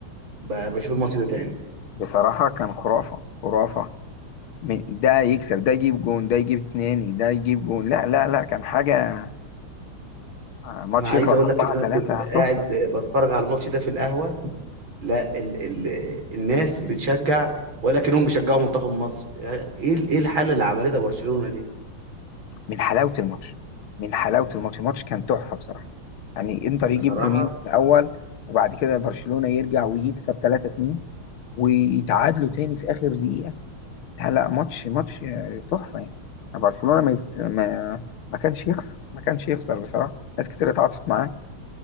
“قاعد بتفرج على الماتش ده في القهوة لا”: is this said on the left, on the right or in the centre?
Right